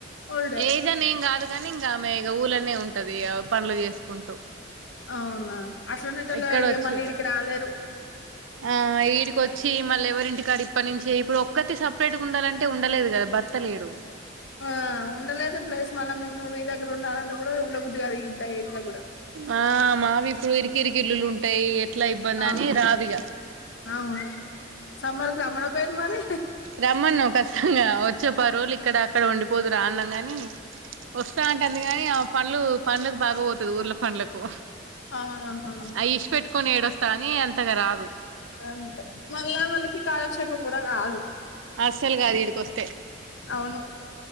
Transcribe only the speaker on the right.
ఏజ్ అని ఏం కాదు గానీ ఇంకా ఆమె ఇక ఊళ్ళనే ఉంటది అవు పనులు చేసుకుంటూ
ఇక్కడ వచ్చుంటది
ఆ ఈడికొచ్చి మళ్ళీ ఎవరింటి కాడ ఇప్పటి నుంచే ఇప్పుడు ఒక్కత్తి సపరేట్గా ఉండాలంటే ఉండలేదు కదా భర్త లేడు
ఆ మావి ఇప్పుడు ఇరికిరికిల్లులు ఉంటాయి ఎట్లా ఇబ్బంది
అని రాదిగ
రమ్మన్నాం ఖష్టంగా వచ్చి ఒ పది రోజులు ఇక్కడ అక్కడ ఉండిపోదు రా అన్నాం గాని వస్తా అంటాంది గాని ఆమె పన్లు పన్ల కు బాగా పోతది ఊర్ల పన్లకు
అయి ఇష్డిపెట్టుకొని ఏడొస్తా అని అంతగా రాదు
అస్సలు కాదు ఈడకొస్తే